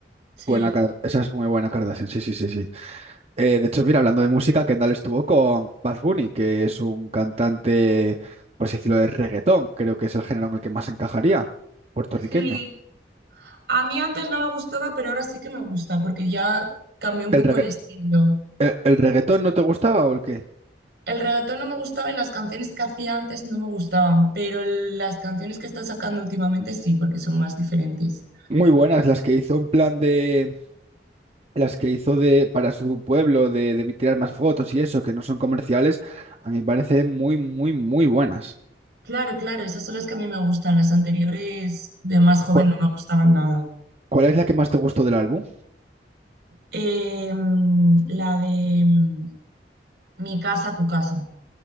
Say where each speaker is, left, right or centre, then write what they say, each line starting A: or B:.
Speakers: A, on the right; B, on the right.
A: Sí.
B: Buena, Kar- esa es muy buena Kardashian, sí, sí, sí, sí. Eh, de hecho, mira, hablando de música, Kendall estuvo con Bad Bunny, que es un cantante, por así decirlo, de reggaetón. Creo que es el género en el que más encajaría, puertorriqueño.
A: Sí, a mí antes no me gustaba, pero ahora sí que me gusta, porque ya cambió un
B: ¿El
A: poco
B: regga-
A: el estilo.
B: eh, el reggaetón no te gustaba o el qué?
A: El reggaetón no me gustaba y las canciones que hacía antes no me gustaban, pero las canciones que está sacando últimamente sí, porque son más diferentes.
B: Muy buenas las que hizo en plan de las que hizo de para su pueblo de, de tirar más fotos y eso, que no son comerciales, a mí me parecen muy, muy, muy buenas.
A: Claro, claro, esas son las que a mí me gustan. Las anteriores de más joven
B: ¿Cu-
A: no me gustaban nada.
B: ¿Cuál es la que más te gustó del álbum?
A: Eh, mm, la de mm, Mi casa, tu casa.